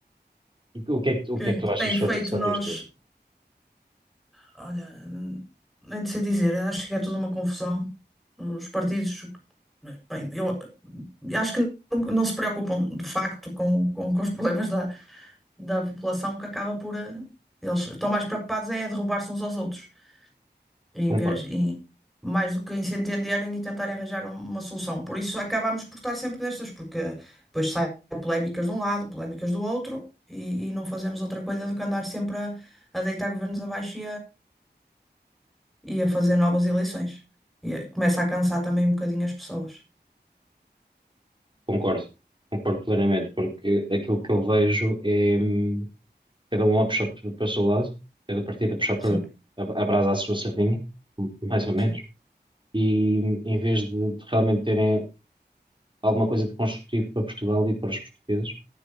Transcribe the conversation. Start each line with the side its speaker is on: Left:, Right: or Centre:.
Right: O que é que,
Centre: que
Right: o que é que tu achas
Centre: têm feito
Right: sobre, sobre
Centre: nós.
Right: isto tudo?
Centre: Olha, hum, nem sei dizer, acho que é toda uma confusão. Os partidos, bem, eu acho que não, não se preocupam de facto com, com, com os problemas da, da população, que acaba por. eh, Eles estão mais preocupados é derrubar-se uns aos outros, em
Right: Concordo,
Centre: vez, em- mais do que em se entenderem e tentarem arranjar um- uma solução. Por isso acabamos por estar sempre nestas, porque depois saem polémicas de um lado, polémicas do outro, e, e não fazemos outra coisa do que andar sempre a, a deitar governos abaixo e a fazer novas eleições. E eh, começa a cansar também um bocadinho as pessoas.
Right: concordo, concordo plenamente, porque aquilo que eu vejo é. hum, cada um a puxar p- para o seu lado, cada partido a puxar para
Centre: Sim,
Right: a, a brasa à sua sardinha, m- mais ou menos,
Centre: sim.
Right: e em vez de, de realmente terem alguma coisa de construtivo para Portugal e para os portugueses,